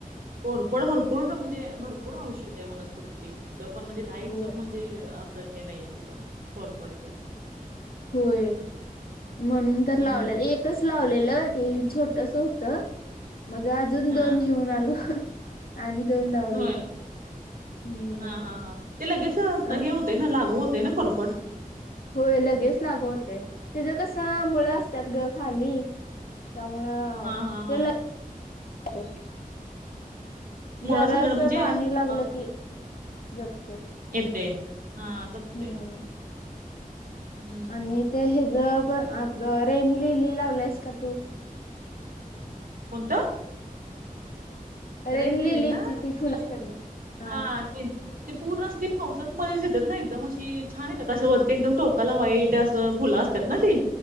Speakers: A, on the right; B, on the left.
A: भरपड भरपूर म्हणजे भरपूर आवष्य आहे वनस्पती तिथं पण म्हणजे काहीचज
B: होय
A: जे असं का नाहीय तिचां खरफडत
B: होय म्हणून तर लावले
A: हम्म
B: एकच लावलेलं ते छोटस होतं. मग अजून
A: हा
B: दोन घेऊन आलो आणि दोन लावलीत
A: होय
B: हम्म.
A: हा हा हा ते लगेच हे
B: अ
A: होतं ना लागू होतय ना कोरफड
B: होय लगेच लागू होते तच कस मुळं असतात ग खाली. त्यामुळे
A: हा हा हा
B: ते
A: मुळासकट
B: जरास
A: म्हणजे
B: पाणी लागल
A: अ
B: की जगते.
A: येते हा. जगते
B: हम.
A: हम्म
B: आणि ते ह ज पण आ रेन लीली लावलंयस का तू
A: कोणतं?
B: रेड
A: रेणलीली
B: लिलीची
A: ना ते
B: ती फुल असतात बघ.
A: हा ते ते पूर्ण असं पावसात मध्येच येतात ना एकदम अशी छान येतात वरती एकदम अस टोकाला वाईट असं फुलं असत त्यात ना ते